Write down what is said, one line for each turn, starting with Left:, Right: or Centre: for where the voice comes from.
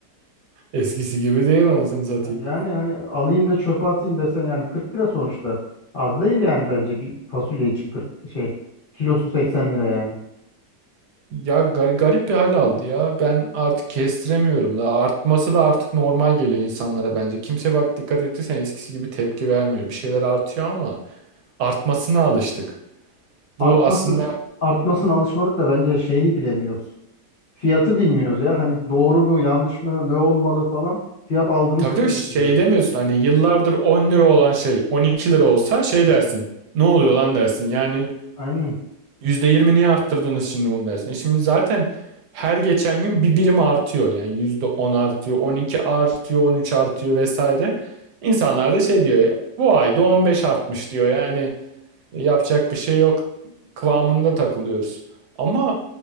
Right: Eskisi gibi değil anasını satayım.
Left: Ha, Yani hani alayım da çöpe atayım desen yani 40 lira sonuçta. Az değil yani bence bir fasulye için 40 şey kilosu 80 lira yani.
Right: Ya gar- garip bir hal aldı ya. Ben artık kestiremiyorum da. Artması da artık normal geliyor insanlara bence. Kimse bak dikkat ettiysen eskisi gibi tepki vermiyor. Bir şeyler artıyor ama artmasına alıştık.
Left: Artmasın
Right: Bu aslında
Left: artmasın alışmadık da bence şeyi bilemiyoruz. Fiyatı bilmiyoruz ya. Hani doğru mu yanlış mı ne olmalı falan. Fiyat algımız
Right: tabii
Left: kayboldu
Right: tabii şey
Left: biraz.
Right: demiyorsun hani yıllardır 10 lira olan şey 12 lira olsa şey dersin. Ne oluyor lan dersin. Yani
Left: Aynen.
Right: Yüzde yirmi niye arttırdınız şimdi bunu dersin? E şimdi zaten her geçen gün bir birim artıyor. Yani %10 artıyor, 12 artıyor, 13 artıyor vesaire. İnsanlar da şey diyor bu ayda 15 artmış diyor. Yani "E, yapacak bir şey yok kıvamında takılıyoruz. Ama